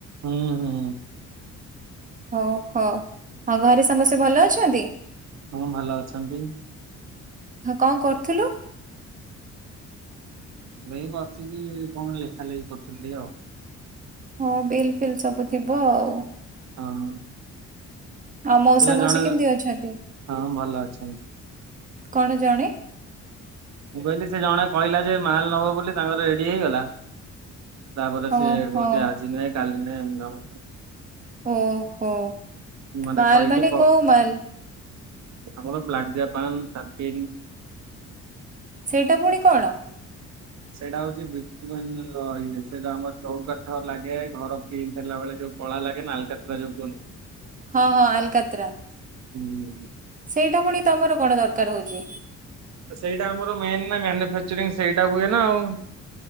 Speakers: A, on the right; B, on the right.
A: ହୁଁ। ହୁଁ
B: ଓହୋ ଆଉ ଘରେ ସମସ୍ତେ ଭଲ ଅଛନ୍ତି?
A: ହଁ ଭଲ ଅଛନ୍ତି।
B: କଣ କରୁଥିଲୁ?
A: ଏଇ ବସିକି କଣ ଲେଖା ଲେଖି କରୁଥିଲି ଟିକେ ଆଉ।
B: ହଁ ବିଲ୍ ଫିଲ୍ ସବୁ ଥିବ ଆଉ।
A: ହଁ।
B: ଆଉ ମଉସା
A: ସେ ବା
B: ମଉସୀ
A: ଜଣେ
B: କେମିତି ଅଛନ୍ତି
A: ହଁ ଭଲ ଅଛନ୍ତି।
B: କଣ ଜଣେ?
A: ମୁଁ କହିଲି ସେ ଜଣେ କହିଲା ଯେ ମାଲ ନବ ବୋଲି ତାଙ୍କର ରେଡି ହେଇଗଲା। ତାପରେ
B: ଓହୋ
A: ସିଏ କହୁଛି ଆଜି ନୁହେଁ କାଲି ନୁହେଁ ଏମିତି <unintelligible>
B: ଓହୋ
A: ମାନେ
B: ମାଲ
A: କହିକି
B: ମାନେ
A: ପ
B: କୋଉ ମାଲ?
A: ଆମର ବ୍ଲାଗଜା ପାନ୍ <unintelligible>
B: ସେଇଟା ପୁଣି କଣ?
A: ସେଇଟା ହଉଛି ବି ମାନେ ସେ ଯ ଆମର ଚଉ କାଠ ଲାଗେ ଘର ପିଣ୍ଟିହେଲା ବେଳେ ଯୋଉ କଳା ଲାଗେ ଆଲକାତ୍ରା ଯଉ କୁହନ୍ତି
B: ହଁ ହଁ ଆଲକାତ୍ରା।
A: ହୁଁ ହୁଁ ହୁଁ।
B: ସେଇଟା ପୁଣି ତମର କଣ ଦରକାର ହଉଛି?
A: ସେଇଟା ଆମର ମେନ ନା ମାନୁଫାଚରିଙ୍ଗ ସେଇଟା ହୁଏ ନା ଆଉ।